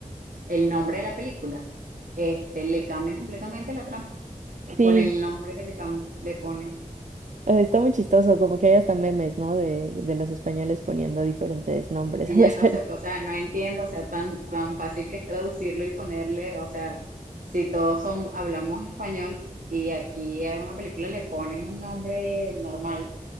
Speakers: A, on the right; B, on the right.
A: el nombre de la película, este, le cambian completamente la trama
B: Sí,
A: con el nombre que le cambian, le ponen.
B: eh, está muy chistoso, como que hay hasta memes, ¿no? De, de los españoles poniendo diferentes nombres
A: Y
B: a
A: ya
B: las
A: no
B: películas.
A: sé, o sea, no entiendo, o sea, tan, tan fácil que es traducirlo y ponerle, o sea, si todos son, hablamos español y aquí a una película le ponen un nombre normal